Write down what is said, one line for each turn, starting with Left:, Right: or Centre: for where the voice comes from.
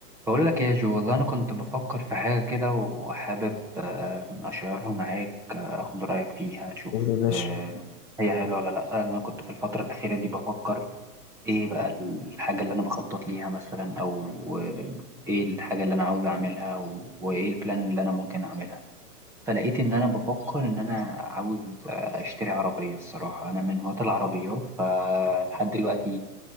Centre: بقول لك يا جو والله انا كنت بفكر في حاجه كده وحابب آه، اشيرها معاك آه، اخد رايك فيها اشوف
Left: قول يا باشا
Centre: آه، هي حلوه ولا لا انا كنت في الفتره الاخيره دي بفكر ايه بقى الحاجه اللي انا بخطط ليها مثلا او آه، ايه الحاجه اللي انا عاوز اعملها و- وايه البلان اللي انا ممكن اعملها فلقيت ان انا بفكر ان انا عاوز آه، اشتري عربيه الصراحه انا من هواة العربيات فلحد دلوقتي